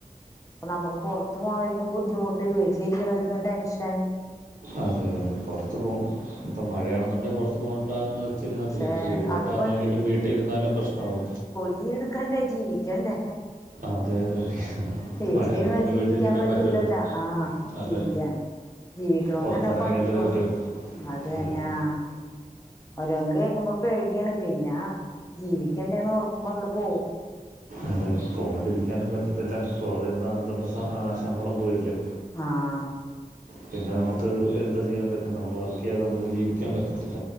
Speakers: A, on the left (about 20°); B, on the right (about 70°).
A: അപ്പ നമക്ക് പോർത്ത് പോണോര്ക്കും ബുദ്ധിമുട്ട് വീട്ടിലിരിക്കണോര്ക്കും ടെൻഷൻ
B: അതെ യതെ പോർത്ത് പോ ഇപ്പം മഴയാണെന്നുണ്ടേ പൊർത്ത് പോണ്ടാന്ന് വെ ച്ചിരിന്നാ
A: പക്ഷെ
B: മതിയല്ലേ പ്പൊ ഇടി വെട്ടാന്നെങ്കിലും
A: അത്
B: വീട്ടിര്ന്നാലും പ്രശ്നാവും.
A: ജീട്ക്കണ്ടേ ജീവിക്കണ്ടേ
B: അതെ അതെ
A: വീട്ടില്
B: മഴയാണെന്ന്
A: ര്ന്നാ
B: പറഞ്ഞ്
A: ജീവിക്കാൻ
B: വീട്ടിലിരിക്കാൻ
A: പറ്റൂലല്ലോ
B: പറ്റുമല്ലോ
A: ആഹ്
B: അതെ
A: ജീവിക്കാൻ ജീവിക്കണൊന്ന്ണ്ടെ
B: പുറത്തിറങ്ങിയല്ലേ
A: പണിക്ക് പോണം
B: പറ്റൂ
A: അതെന്നെ
B: അതെ
A: ആഹ് ഓരോന്ന് കേക്കുമ്പോ പേട്യാണ് പിന്ന ജീവിക്കണ്ടേന്നോർക്കുമ്പോ ങ്ങട്ട് പോവും.
B: അതെ പോവണ്ടിരിക്കാനും പറ്റത്തില്ല പോകതിര്ന്ന അന്നത്തെ സ ആഹ് ശമ്പളം പോയില്ലേ
A: ആഹ്
B: പിന്നെ നമക്ക് എന്താ ചെയ്യാൻ പറ്റ നമക്ക് വർക്കെയ്യാതെ അമക്ക് ജീവിക്കാൻ പറ്റത്തില്ല.